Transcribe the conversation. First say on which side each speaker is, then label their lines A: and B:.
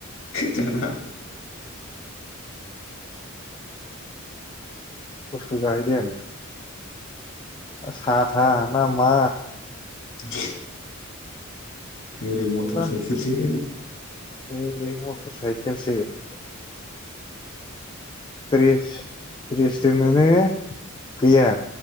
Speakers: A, on the left; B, on the left.
A: दाना
B: खस्थ' जाहैदों साथा ना मा
A: <inaudible> <unintelligible>
B: मेरला
A: एरै मटर साइकेलसो
B: ओरै मटर साइकेलसो <unintelligible> द्रेस दोननोनो गैया।